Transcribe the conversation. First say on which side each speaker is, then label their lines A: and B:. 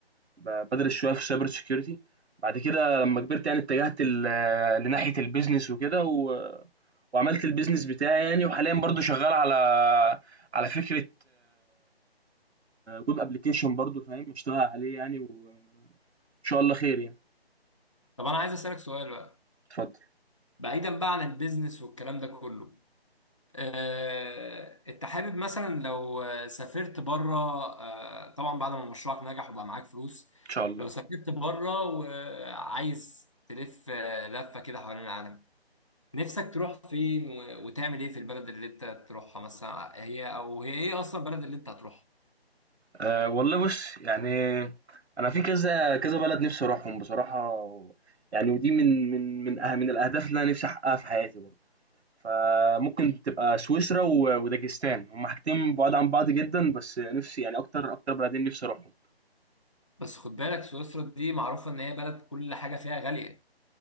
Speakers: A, on the right (about 85°); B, on the left (about 30°).
A: ب- بدرس شويه في سايبر سيكيورتي بعد كده لما كبرت يعني اتجهت ل- لناحيه البيزنس وكده و... وعملت البيزنس بتاعي يعني وحاليا برضو شغال على على فكره ويب ابلكيشن برضو فاهم اشتغل عليه يعني وان شاء الله خير يعني
B: طب انا عايز اسالك سؤال بقى
A: اتفضل
B: بعيدا بقى عن البيزنس والكلام ده كله أه، انت حابب مثلا لو آه، سافرت بره أه، طبعا بعد ما مشروعك نجح وبقى معاك فلوس
A: ان شاء الله
B: لو سافرت بره وعايز تلف أه، لفه كده حوالين العالم نفسك تروح فين و- وتعمل ايه في البلد اللي انت تروحها مثلا هي او هي ايه اصلا البلد اللي انت هتروحها
A: أه والله بص يعني انا في كذا كذا بلد نفسي اروحهم بصراحه يعني ودي من من من أه من الاهداف اللي انا نفسي احققها في حياتي برضو فممكن تبقى سويسرا و- وداجستان هما حاجتين بعاد عن بعض جدا بس نفسي يعني اكتر اكتر بلدين نفسي اروحهم
B: بس خد بالك سويسرا دي معروفة ان هي بلد كل حاجة فيها غالية